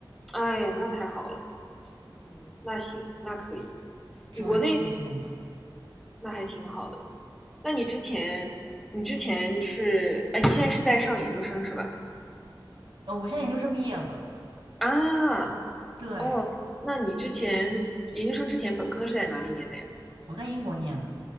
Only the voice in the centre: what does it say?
哎呀，那太好了，嗯，那行，那可以。
你国内那还挺好的。那你之前，你之前是，哎，你现在是在上研究生是吧？
啊，
哦，那你之前研究生之前本科是在哪里念的呀？